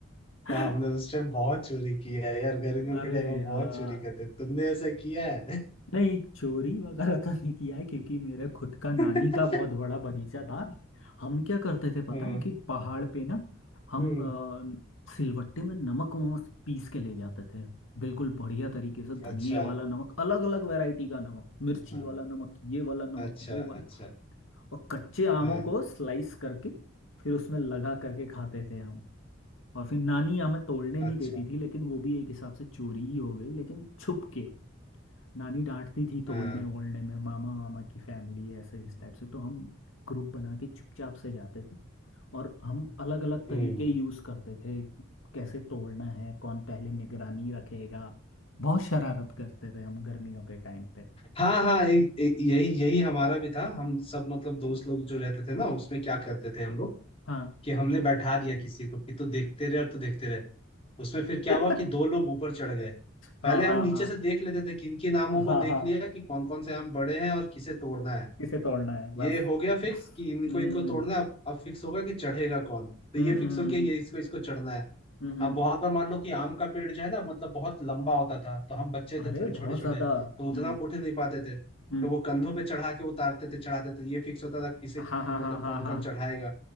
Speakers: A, on the left; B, on the left.
A: हाँ,
B: तो हमने उस टाइम बहुत चोरी किया है यार गर्मियों के
A: अरे
B: टाइम हम
A: यार
B: बहुत चोरी करते थे तुमने ऐसा किया है
A: नहीं चोरी वगैरह तो नहीं किया है क्योंकि मेरे खुद का नानी
B: <laughs>
A: का बहुत बड़ा बगीचा था हम क्या करते थे पता
B: हम्म
A: है कि पहाड़ पे ना हम
B: हम्म,
A: अ, सिलवट्टे में नमक वमक पीस के ले जाते थे बिल्कुल बढ़िया तरीके से धनिए
B: अच्छा
A: वाला नमक अलग अलग वैरायटी का नमक मिर्ची
B: हाँ
A: वाला नमक ये वाला नमक
B: अच्छा
A: वो वाला
B: अच्छा
A: और कच्चे आमों
B: हाँ
A: को स्लाइस करके फिर उसमें लगा करके खाते थे हम और फिर नानी हमें तोड़ने नहीं
B: अच्छा
A: देती थी लेकिन वो भी एक हिसाब से चोरी ही हो गई लेकिन छुप के नानी डांटती थी
B: हाँ
A: तोड़ने ओड़ने में मामा मामा की फैमिली ऐसे इस टाइप से तो हम ग्रुप बना के चुपचाप से जाते थे और हम अलग अलग
B: हम्म
A: तरीके यूज करते थे कैसे तोड़ना है कौन पहले निगरानी रखेगा बहुत शरारत करते थे हम गर्मियों के टाइम पे
B: हाँ हाँ एक, एक, यही यही हमारा भी था हम सब मतलब दोस्त लोग जो रहते थे ना उसमें क्या करते थे हम लोग
A: हाँ
B: कि हमने बैठा दिया किसी को कि तू देखते रहे और तू देखते रहे उसमें फिर क्या
A: <laughs>
B: हुआ कि दो लोग ऊपर चढ़ गए
A: हाँ
B: पहले
A: हाँ
B: हम नीचे
A: हाँ
B: से देख लेते थे किन किन आमों
A: हाँ
B: को देख
A: हाँ
B: लिया कि कौन कौन से आम बड़े हैं और किसे तोड़ना है
A: किसे तोड़ना है बस
B: ये हो गया फिक्स कि इनको
A: हम्म
B: इनको तोड़ना है अब अब फिक्स होगा कि चढ़ेगा कौन तो
A: हम्म
B: ये
A: हम्म
B: फिक्स
A: हम्म,
B: हो गया
A: हम्म,
B: ये इसको इसको चढ़ना है
A: हम्म, हम्म,
B: अब
A: हम्म।
B: बहुत बार मान लो कि आम का पेड़ जो है ना मतलब बहुत लंबा होता था तो हम बच्चे
A: अरे
B: थे थोड़े छोटे
A: बहुत
B: छोटे
A: ज्यादा
B: तो उतना
A: हम्म
B: उठ नहीं पाते थे
A: हम्म
B: तो वो कंधों पे चढ़ा के उतारते थे चढ़ाते थे ये फिक्स होता था किसे
A: हाँ हाँ
B: मतलब
A: हाँ हाँ
B: कौन
A: हाँ
B: कौन चढ़ाएगा